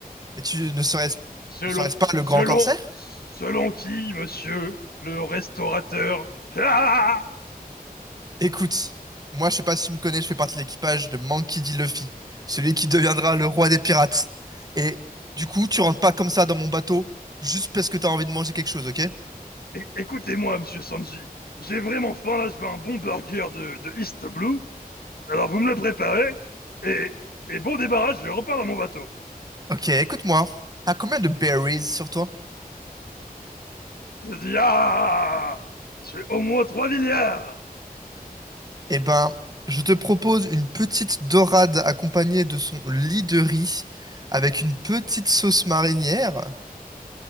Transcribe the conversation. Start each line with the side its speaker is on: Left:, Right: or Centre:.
Right: et tu ne serais-ce
Left: Selon,
Right: ne serais ce pas le
Left: selon,
Right: grand corsaire?
Left: selon qui, monsieur? Le restaurateur. Ah
Right: Écoute, moi je sais pas si tu me connais, je fais partie de l'équipage de Monkey D. Luffy, celui qui deviendra le roi des pirates. Et du coup, tu rentres pas comme ça dans mon bateau juste parce que t'as envie de manger quelque chose, ok?
Left: Écoutez-moi, monsieur Sanji. J'ai vraiment faim là, je veux un bon burger de, de East Blue. Alors vous me le préparez et, et bon débarras, je repars dans mon bateau.
Right: Ok, écoute-moi. T'as combien de berries sur toi?
Left: Zia! J'ai au moins 3 milliards!
Right: Eh ben, je te propose une petite dorade accompagnée de son lit de riz avec une petite sauce marinière